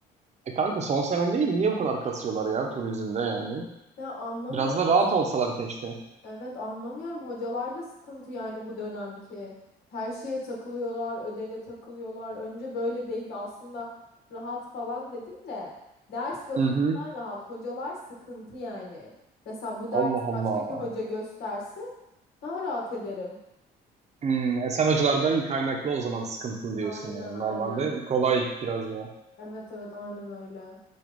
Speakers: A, on the right; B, on the left.
A: E kanka son senen değil mi? Niye bu kadar kasıyorlar ya turizmde yani?
B: Ya anlamıyorum.
A: Biraz da rahat olsalar keşke.
B: Evet anlamıyorum. Hocalarda sıkıntı yani bu dönemki. Her şeye takılıyorlar, ödeve takılıyorlar. Önce böyle değildi aslında rahat falan dedim de ders bakımından
A: Hı hı.
B: rahat. Hocalar sıkıntı yani. Mesela bu
A: Allah
B: ders
A: Allah.
B: başka bir hoca gösterse daha rahat ederim.
A: Hmm, e sen hocalardan kaynaklı o zaman sıkıntılı diyorsun
B: Aynen
A: yani.
B: aynen.
A: Normalde kolay biraz daha.
B: Evet evet aynen öyle.